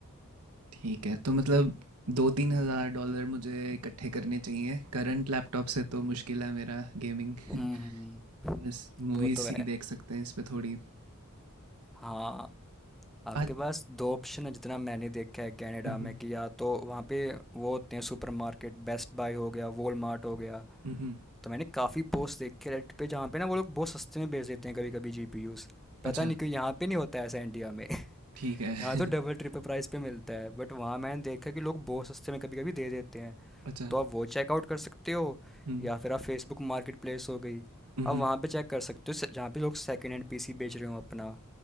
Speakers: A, on the right (about 85°); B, in the centre.
A: ठीक है तो मतलब दो तीन हजार डॉलर मुझे इकट्ठे करने चाहिए करंट लैपटॉप से तो मुश्किल है मेरा गेमिंग
B: हम्म
A: <laughs>
B: हम्म,
A: बस मूवीज
B: वो तो है
A: ही देख सकते हैं इस पे थोड़ी
B: हाँ आपके
A: आज
B: पास दो ऑप्शन है जितना मैंने देखा है कनाडा
A: मम्हम,
B: में कि या तो वहाँ पे वो होते हैं सुपरमार्केट बेस्ट बाय हो गया वॉलमार्ट हो गया
A: मम्हम,
B: तो मैंने काफ़ी पोस्ट देखे रेड पे जहाँ पे ना वो लोग बहुत सस्ते में बेच देते हैं कभी कभी जीपीयूज़ पता
A: अच्छा
B: नहीं क्यों यहाँ पे नहीं होता है ऐसा इंडिया में <laughs>
A: ठीक है
B: यहाँ तो डबल
A: <laughs>
B: ट्रिपल प्राइस पे मिलता है बट वहाँ मैंने देखा कि लोग बहुत सस्ते में कभी कभी दे देते हैं
A: अच्छा
B: तो आप वो चेकआउट कर सकते हो
A: हम्म
B: या फिर आप फेसबुक मार्केट प्लेस हो गई
A: हम्म
B: आप वहाँ पे चेक कर सकते हो जहाँ पे लोग सेकेंड हैंड पीसी बेच रहे हो अपना